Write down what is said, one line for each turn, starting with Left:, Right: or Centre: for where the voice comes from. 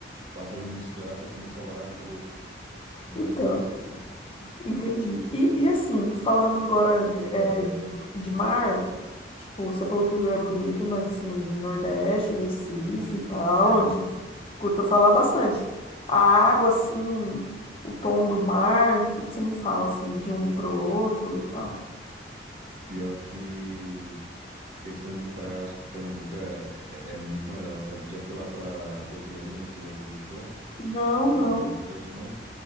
Right: passa alguém de bicicleta, toma o celular e acabou. É mais
Left: Então.
Right: ou menos assim, sabe?
Left: Entendi. E, e assim, falando agora de-
Right: Hum.
Left: é, de, de mar, tipo, você falou que o Rio é bonito, mas assim, Nordeste, Recife e tal,
Right: É.
Left: a gente escuta falar bastante. A água, assim, o tom do mar, o que que você me fala, assim, de um pro outro e tal?
Right: Pior que questão de praia, eu acho que Pernambuco é, é, é muito melhor, sabe? Já foi lá pra Porto Galinha? Você já visitou?
Left: Não,
Right: Algum
Left: não.
Right: local do Nordeste? Não?